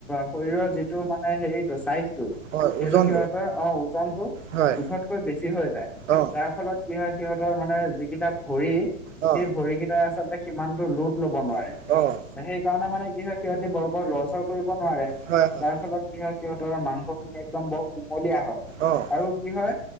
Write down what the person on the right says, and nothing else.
হয়
ওজন
হয়
অ'
অ'
অ'
হয় হয়
অ'